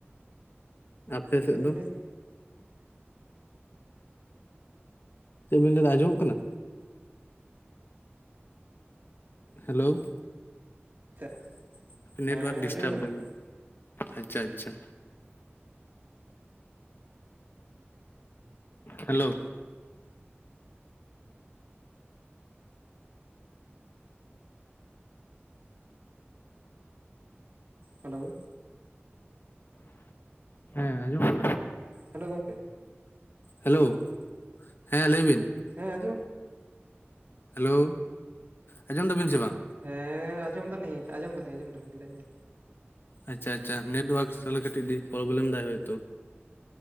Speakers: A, on the left (about 55°); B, on the right (about 50°).
A: ᱟᱯᱮ
B: ᱪᱮᱫ
A: ᱥᱮᱫ
B: ᱵᱤᱱ
A: ᱫᱚ
B: ᱞᱟᱹᱭ
A: ᱪᱮᱫ ᱵᱮᱱ ᱞᱟᱹᱭ ᱫᱟ ᱟᱡᱸᱚᱢᱚᱜ ᱠᱟᱱᱟ ᱦᱮᱞᱳᱣ
B: ᱠᱮᱫᱟ? ᱦᱮᱸ
A: ᱱᱮᱴᱚᱣᱟᱨᱠ ᱰᱤᱥᱴᱟᱵ
B: ᱟᱸᱡᱚᱢ ᱫᱟᱞᱤᱧ
A: ᱫᱟ ᱟᱪᱪᱷᱟ ᱟᱪᱪᱷᱟ ᱦᱮᱞᱳ
B: ᱦᱮᱞᱳᱣ
A: ᱦᱮᱸ ᱟᱡᱚᱢᱚᱜ ᱠᱟᱱᱟ
B: ᱦᱮᱞᱳ ᱜᱚᱢᱠᱮ
A: ᱦᱮᱞᱳ ᱦᱮᱸ ᱞᱟᱹᱭ ᱵᱤᱱ
B: ᱦᱮᱸ ᱟᱡᱚᱢᱚᱜ
A: ᱦᱮᱞᱳ ᱟᱸᱡᱚᱢ ᱫᱟᱵᱤᱱ ᱥᱮ ᱵᱟᱝ
B: ᱦᱮᱸ ᱟᱸᱡᱚᱢ ᱫᱟᱞᱤᱧ ᱟᱸᱡᱚᱢ ᱫᱟᱞᱤᱧ ᱟᱸᱡᱚᱢ ᱫᱟᱞᱤᱧ ᱞᱟᱹᱭ ᱢᱮ
A: ᱟᱪᱪᱷᱟ ᱟᱪᱪᱷᱟ ᱱᱮᱴᱳᱣᱟᱨᱠ ᱥᱞᱳ ᱠᱟᱹᱴᱤᱡ ᱯᱨᱚᱵᱞᱮᱢ ᱫᱟᱭ ᱦᱳᱭᱛᱚ